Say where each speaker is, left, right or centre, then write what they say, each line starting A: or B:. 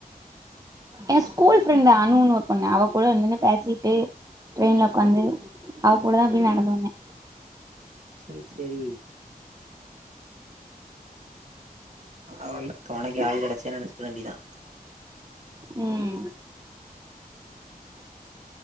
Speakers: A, on the right; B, on the right.
A: என் ஸ்கூல் ஃப்ரெண்ட் அணுன்னு ஒரு பொண்ணு அவ கூட இருந்துன்னு பேசிட்டு டிரெயின்ல உக்காந்து அவ கூடதா அப்டி நடந்து வந்தே
B: சேர் சேரி அவல்ல துனைக்கி ஆள் கிடச்சேன்னு நினச்சுக வேண்டிதா
A: ம்